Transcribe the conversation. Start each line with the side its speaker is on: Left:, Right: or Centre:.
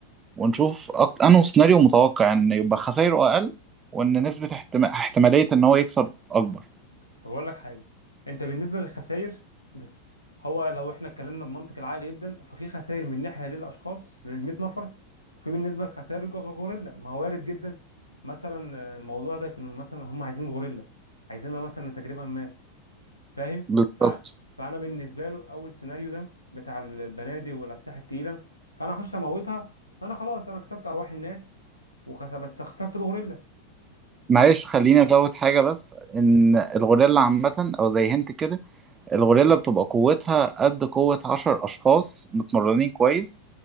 Right: ونشوف أكت... انه سيناريو متوقع ان يبقى خسايره اقل وان نسبة احتما... احتمالية ان هو يكسب اكبر
Left: طب اقول لك حاجه انت بالنسبه للخسائر بص هو لو احنا اتكلمنا بمنطق العقل جدا ففي خسائر من ناحيه للاشخاص لل 100 نفر وفي بالنسبه لخسائر الج- الغوريلا ما هو وارد جدا مثلا آه، الموضوع ده يكون مثلا هم عايزين غوريلا عايزينها مثلا تجربه ما فاهم
Right: بالظبط
Left: ف- فانا بالنسبه له اول سيناريو ده بتاع البنادق والاسلحه التقيله فانا اخش اموتها فانا خلاص انا كسبت ارواح الناس وخس... بس خسرت الغوريلا
Right: معلش خليني ازود حاجة بس ان الغوريلا عامة او زي هنت كده الغوريلا بتبقى قوتها قد قوة عشر أشخاص متمرنين كويس